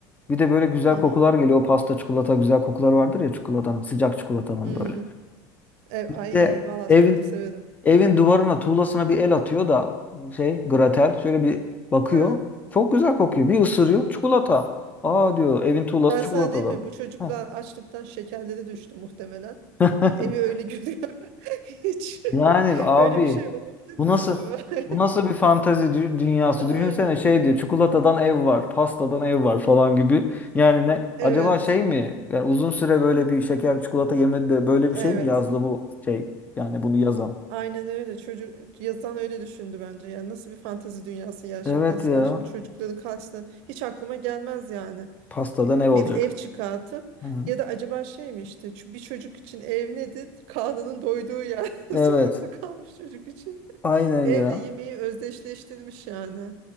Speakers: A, on the left; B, on the right.
A: Bir de böyle güzel
B: ya.
A: kokular geliyor. O Pasta, çikolata güzel kokular vardır ya çikolatanın, sıcak çikolatanın
B: Hmm.
A: böyle.
B: E,
A: Bir
B: ay
A: de
B: valla
A: evin
B: çok da severim.
A: evin duvarına, tuğlasına bir el atıyor da şey, gratel şöyle bir bakıyor.
B: Ha.
A: Çok güzel kokuyor. Bir ısırıyor çikolata. Aa diyor, evin tuğlası
B: Ben
A: çikolatadan.
B: sana değil mi? Bu çocuklar
A: Heh.
B: açlıktan şekerleri düştü muhtemelen.
A: <laughs>
B: Evi öyle görüyor. <laughs> Hiç.
A: Yani
B: <laughs>
A: abi
B: Öyle bir şey olabilir mi
A: bu nasıl
B: acaba? <laughs>
A: bu nasıl bir fantezi dü- dünyası?
B: Ya,
A: Düşünsene
B: aynen
A: şey
B: yani.
A: diyor çikolatadan ev var, pastadan ev var falan gibi. Yani ne
B: Evet.
A: acaba şey mi? Yani uzun süre böyle bir şeker çikolata yemedi de böyle bir
B: Evet.
A: şey mi yazdı bu şey? Yani bunu yazan.
B: Aynen öyle. Çocuk yazan öyle düşündü bence. Yani nasıl bir fantezi dünyası gerçekten?
A: Evet
B: Sen
A: ya.
B: şimdi çocukların karşısına hiç aklıma gelmez yani.
A: Pastadan
B: Bir,
A: ev
B: bir
A: olacak.
B: ev çıkartıp
A: Hı hı.
B: ya da acaba şey mi işte çü- bir çocuk için ev nedir? Karnının doyduğu yer. <laughs>
A: Evet.
B: Sokakta kalmış çocuk için.
A: Aynen
B: Evle
A: ya.
B: yemeği özdeşleştirmiş yani.